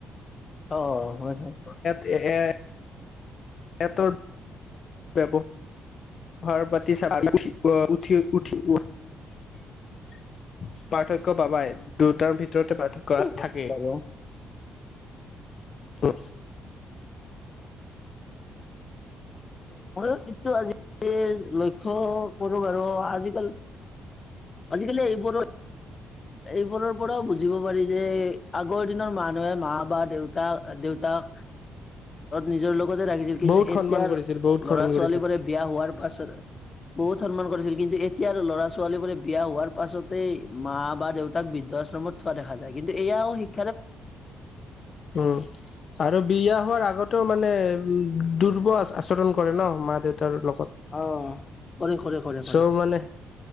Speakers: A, on the left (about 35°); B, on the left (about 50°).
A: অ, ' হয়, হয়।
B: এ এটোত <unintelligible> পাৰ্থক্য পাবাই দুটাৰ ভিত ৰতে পাৰ্থক্য
A: সেইটো হয় বাৰু।
B: থাকেই উ।
A: মই কিন্তু আজিকালি লক্ষ্য কৰো বাৰু আজিকাল আজিকালি এইবোৰৰ এইবোৰৰ পৰাও বুজিব পাৰি যে আগৰ দিনৰ মানুহে মা বা দেউতা দেউতাক নিজৰ লগত লগতে ৰাখিছিল কিন্তু
B: বহুত
A: এতিয়াৰ
B: সন্মান কৰিছিল বহুত
A: ল'ৰা
B: সন্মান
A: ছোৱালী
B: কৰিছিল
A: বোৰে বিয়া হোৱাৰ পাছত বহুত সন্মান কৰিছিল, কিন্তু এতিয়া আৰু ল'ৰা ছোৱালী বোৰে বিয়া হোৱাৰ পাছতেই মা বা দেউতাক বৃদ্ধশ্ৰমত থোৱা দেখা যায় কিন্তু এয়াও শিক্ষ
B: উম আৰু বিয়া হোৱাৰ আগতেও মানে উ দুৰ্বল আচৰণ কৰে ন মা দেউতাৰ লগত।
A: অ কৰে কৰে। কৰে।
B: চ' মানে